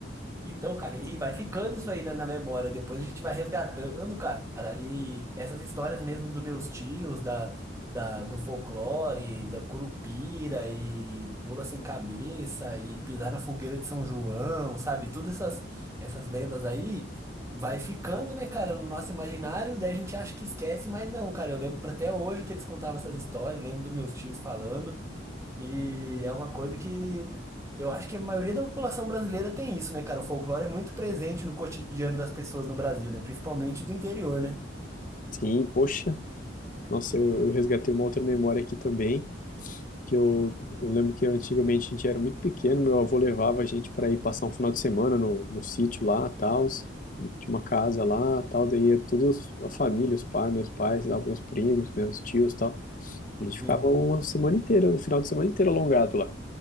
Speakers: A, on the right; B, on the left.
A: Então, cara, e vai ficando isso aí na, na memória. Depois a gente vai resgatando, cara. E essas histórias mesmo dos meus tios, da, da, do folclore, da curupira, e mula sem cabeça, e pisar na fogueira de São João, sabe? Todas essas, essas lendas aí vai ficando, né, cara, no nosso imaginário. Daí a gente acha que esquece, mas não, cara. Eu lembro até hoje que eles contavam essas histórias, lembro dos meus tios falando. E é uma coisa que. Eu acho que a maioria da população brasileira tem isso, né, cara? O folclore é muito presente no cotidiano das pessoas no Brasil, né? Principalmente do interior, né?
B: Sim, poxa. Nossa, eu, eu resgatei uma outra memória aqui também, que eu, eu lembro que antigamente a gente era muito pequeno, meu avô levava a gente para ir passar um final de semana no, no sítio lá, tal, tinha uma casa lá, tal, daí ia todos a família, os pais, meus pais, tal, meus primos, meus tios, tal. A gente
A: Sim.
B: ficava uma semana inteira, um final de semana inteiro alongado lá.